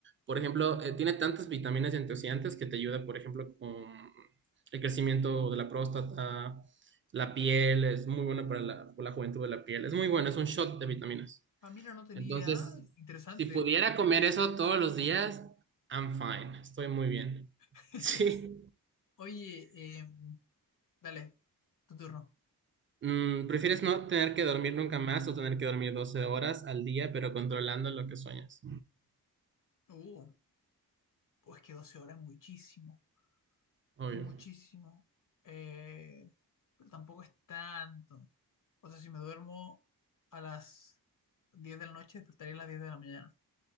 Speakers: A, on the right; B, on the left.
A: por ejemplo, eh, tiene tantas vitaminas y antioxidantes que te ayuda, por ejemplo, con el crecimiento de la próstata, la piel. Es muy buena para la, la juventud de la piel. Es muy bueno, es un shot de vitaminas.
B: Ah, mira, no tenía
A: Entonces,
B: idea. Interesante.
A: si pudiera comer eso todos los días, I'm fine. Estoy muy bien. <laughs>
B: <laughs>
A: Sí.
B: Oye, eh, dale, tu turno.
A: Mm, ¿prefieres no tener que dormir nunca más o tener que dormir 12 horas al día, pero controlando lo que sueñas?
B: Uh, pues que 12 horas, es muchísimo.
A: Obvio.
B: muchísimo, eh, pero tampoco es tanto. O sea, si me duermo a las 10 de la noche, despertaría a las 10 de la mañana.